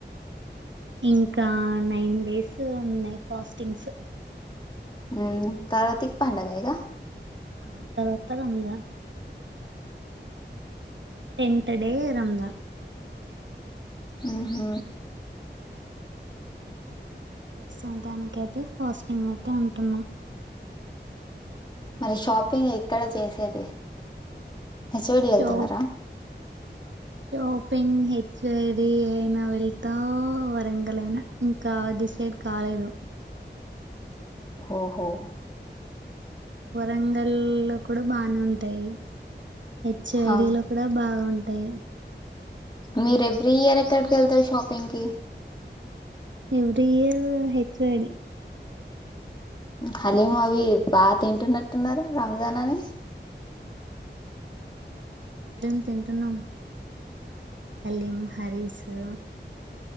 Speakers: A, on the right; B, on the left.
A: ఇంకా నైన్ డేస్ ఉన్నాయి ఫాస్టింగ్స్
B: ఉ పార్వతికి పండుగ ఇగ
A: ఆ తను ఓత్తనన్నదా టెన్త్ డే రంజాన్
B: ఊహు
A: ప్రస్తుతానికి అయితే పోస్టింగ్ అయితే ఉంటున్నాం
B: మరి షాపింగ్ ఎక్కడ చేసేది చ్ఓడి వెళ్తున్నారా
A: షాప్ షాపింగ్ హెచ్ఐడి అయినా వెళ్తా వరంగల్ అయినా ఇంకా డిసై డ్ కాలేదు
B: ఓహో
A: వరంగల్లో కూడా బానే ఉంటాయి హెచ్యైడిలో
B: హా
A: కూడా బాగుంటాయి
B: మీరు ఎవ్రీ ఇయర్ ఎక్కడికి వెళ్తారు షాపింగ్ కి
A: ఎవ్రి ఇయర్ హెచ్యైడి
B: హలీం అవి బాగా తింటున్నట్టున్నారు రంజాన్ అని
A: న్నాం తింటున్నాం హలీమ హరిసు